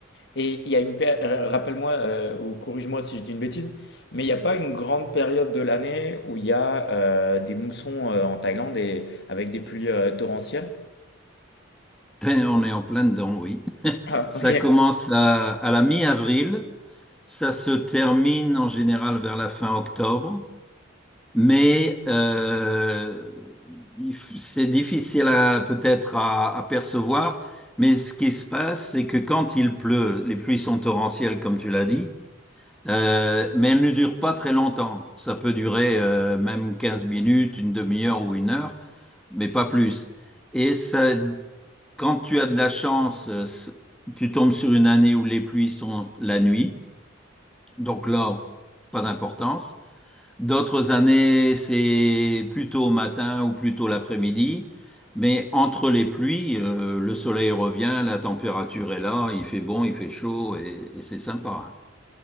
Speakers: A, on the left; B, in the centre.
A: Et il y a une péri- euh, rappelle-moi euh, ou corrige-moi si je dis une bêtise, mais il n'y a pas une grande période de l'année où il y a euh, des moussons euh, en Thaïlande et avec des pluies euh, torrentielles?
B: Ben, on est en plein dedans, oui.
A: Ah,
B: Ça
A: ok,
B: Ouais. commence à, à la mi-avril, ça se termine en général vers la fin octobre, mais euh, il f- c'est difficile à peut-être à, à percevoir. Mais ce qui se passe, c'est que quand il pleut, les pluies sont torrentielles, comme tu l'as dit, euh, mais elles ne durent pas très longtemps. Ça peut durer euh, même 15 minutes, une demi-heure ou une heure, mais pas plus. Et ça. Quand tu as de la chance, euh, s- tu tombes sur une année où les pluies sont la nuit. Donc là, pas d'importance. D'autres années, c'est plutôt au matin ou plutôt l'après-midi. Mais entre les pluies, euh, le soleil revient, la température est là, il fait bon, il fait chaud et, et c'est sympa. hein.